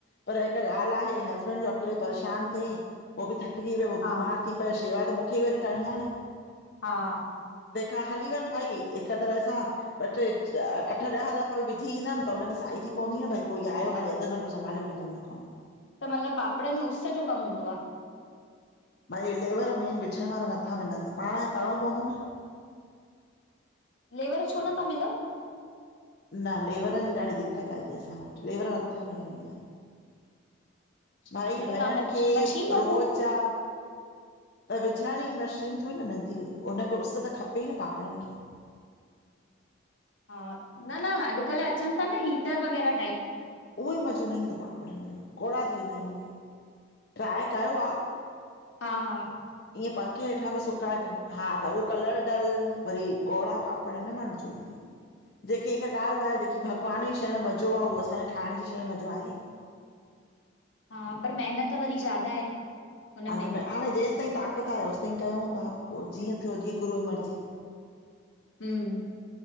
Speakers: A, on the left; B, on the left.
A: पर हिकु ॻाल्हि आहे, हस्बैंड जो अकेले परेशान थिए हो ॿि थकिॼी पए, पो
B: हा
A: ॿीमार थी पए, शेवा त मूंखे ई वरी करिणीं आ न?
B: हा।
A: तंहिंखा हली वंञ भाई, हिकु तरह सां ॿ- ट्रे अठ-ॾह दफ़ विझी ईंदमि त उनखे साई थी पवंदी न भई, कोई आयो हाली अधु घंटो संभाले वठंदो मुंजो कमु।
B: त मतलबु पापड़नि जो उस्स जो कमु हूंदो आ?
A: हे लेवर मेन विझण वारा नत्था मिलनि, त पाणु खे करिणो पवंदो न?
B: लेवर छो न ता मिलउ?
A: न लेवरनि जी ॾाढी दिक्क़त आ हिते असां वटि, लेवर नथा मिलनि हींय। भाई
B: हा त
A: -भयनि
B: तव्हां मश
A: खें
B: मशीन वठो।
A: रोज़ जा त विझण जी मशीन थोड़ी न मिलदी, हुनखे उस्स त खपेई न पापड़नि खे।
B: हा न-न अॼुकल्ह अचनि ता न, हीटर वग़ैरह टाइप।
A: उहो ई मज़ो न ईंदो पापड़नि जो, कौड़ा थी वेंदा आहिन उहे, ट्राए कयों आ।
B: हा-हा।
A: ईअं पंखे जे हेठां बि सुकाए करे हा त उहो कलर डलु, वरी कौड़ा पापड़ न वणिजो ईंदो। जेकी हिकु ॻाल्हि ॿुधायो, जेकी भॻवानु जी शै में मज़ो आ, उहो असांॼे ठाहिणु ॼी शै में मजो आहे?
B: हा पर, मेहिनत वरी ज़्यादा आहे। हुनमें।
A: हा त म हाणे जेसिताईं ताक़त आहे ओसिताईं कयंऊ ता, पो ॼीअं थियो ॼीअं गुरूअ ॼी मर्ॼी।
B: हम्म।